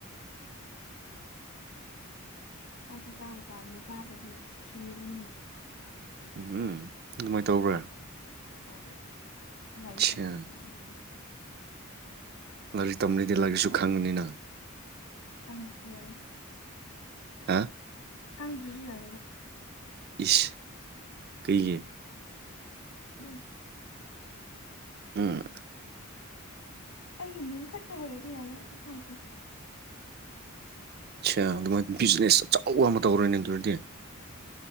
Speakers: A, on the left; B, on the right.
A: ꯆꯥꯛꯇꯤ ꯆꯥꯕ ꯇꯥꯕꯅꯤ ꯆꯥꯗꯗꯤ ꯁꯤꯔꯅꯤ
B: ꯎꯝ ꯎꯝ ꯑꯗꯨꯃꯥꯏ ꯇꯧꯕ꯭ꯔꯥ
A: ꯍꯣꯏ ꯂꯥꯏꯔꯤꯛ
B: ꯑꯠꯁꯥ
A: ꯀ ꯆꯥꯛꯀ ꯃꯥꯟꯅꯗꯦ
B: ꯂꯥꯏꯔꯤꯛ ꯇꯝꯔꯗꯤ ꯂꯥꯏꯔꯤꯛꯁꯨ ꯈꯪꯉꯅꯤꯅ
A: ꯈꯪꯗ꯭ꯔꯁꯨ ꯌꯥꯔꯦ
B: ꯑꯥ
A: ꯈꯪꯗ꯭ꯔꯁꯨ ꯌꯥꯔꯦꯕ
B: ꯏꯁ ꯀꯩꯒꯤ
A: ꯗꯨꯝ
B: ꯎꯝ
A: ꯑꯩꯒꯤ ꯃꯤꯡ ꯈꯛꯇ ꯍꯩꯔꯗꯤ ꯌꯥꯔꯦ ꯑꯇꯣꯞꯄ ꯍꯩꯇꯔ꯭ꯁꯨ
B: ꯁꯥ ꯑꯗꯨꯃꯥꯏ ꯕꯤꯖꯤꯅꯦꯁ ꯑꯆꯧꯕ ꯑꯃ ꯇꯧꯔꯣꯅꯦ ꯑꯗꯨ ꯑꯣꯏꯔꯗꯤ